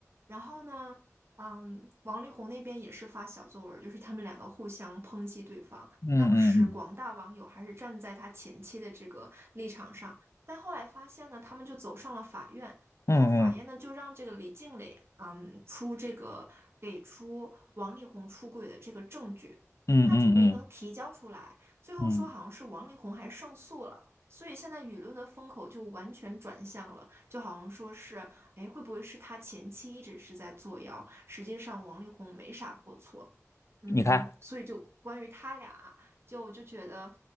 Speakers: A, on the right (about 50°); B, on the left (about 65°).
A: 然后呢，嗯，王力宏那边也是发小作文儿，就是他们两个互相抨击对方。
B: 嗯
A: 当时广大网友还是站在他前妻的这个立场上，
B: 嗯
A: 但后来发现呢，他们就走上了法院。
B: 嗯嗯
A: 然后法院呢就让这个李静蕾，嗯，出这个给出王力宏出轨的这个证据，
B: 嗯嗯嗯嗯
A: 但他就没能提交出来。最后说好像是王力宏还胜诉了，
B: 嗯，
A: 所以现在舆论的风口就完全转向了，就好像说是，哎，会不会是他前妻一直是在作妖？实际上王力宏没啥过错，嗯，
B: 你看。
A: 所以就关于他俩，就我就觉得。